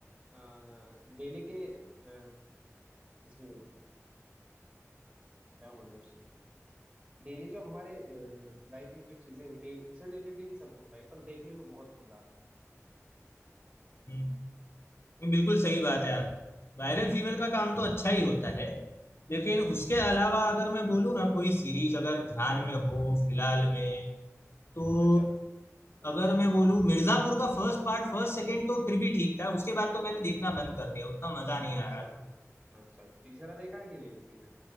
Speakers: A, on the right; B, on the left.
A: डेली के अ, इसमें अ, क्या बोलते हैं उसको डेली जो हमारे लाइफ में जो चीजें होती है उनसे रिलेटेड ही सब होता है पर देखने में बहुत मजा आता है
B: हम्म, ये बिल्कुल सही बात है आपकी वायरल फीवर का काम तो अच्छा ही होता है लेकिन उसके अलावा अगर मैं बोलूँ ना कोई सीरीज अगर ध्यान में हो फिलहाल में तो
A: अच्छा
B: अगर मैं बोलूँ मिर्जापुर का फर्स्ट पार्ट फर्स्ट सेकंड तो फिर भी ठीक था उसके बाद तो मैंने देखना बंद कर दिया उतना मजा नहीं
A: अच्छा
B: आ रहा था
A: अच्छा तीसरा देखा कि नहीं सीजन